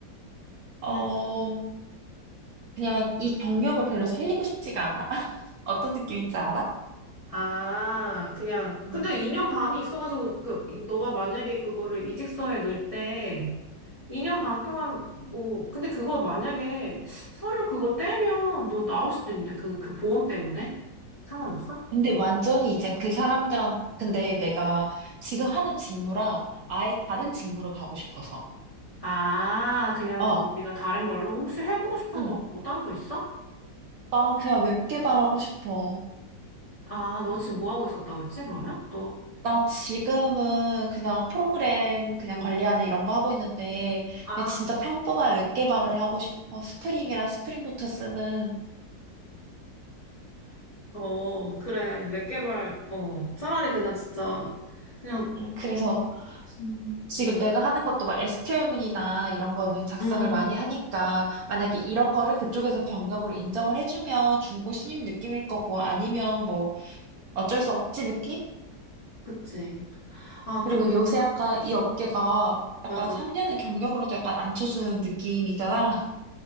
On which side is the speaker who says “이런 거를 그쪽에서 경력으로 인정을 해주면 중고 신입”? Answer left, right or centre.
Right